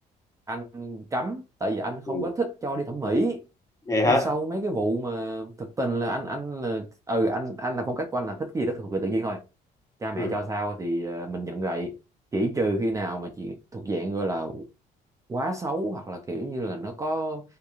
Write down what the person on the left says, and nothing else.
Ừ.
Vậy
hả?
Ừ.